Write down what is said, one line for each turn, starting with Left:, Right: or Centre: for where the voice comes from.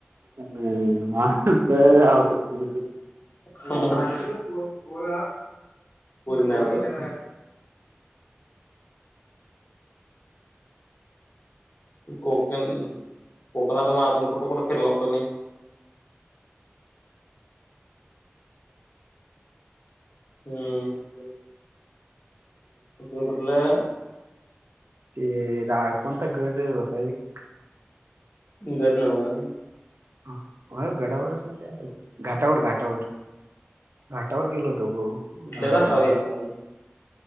Right: <unintelligible>
Left: पोरी नाही आवडत. कोकण कोकणात मग अजून कुठ कुठ फिरलात तुम्ही? हम्म. तुम्ही कुठलं
Right: ते रा कोणता गड होता एक
Left: गड नव्ह.
Right: हो गडावरच ना त्या घाटावर घाटावर घाटावर गेलो होतो गो
Left: कुठल्या
Right: आआ
Left: घाटावर गेलतो आपण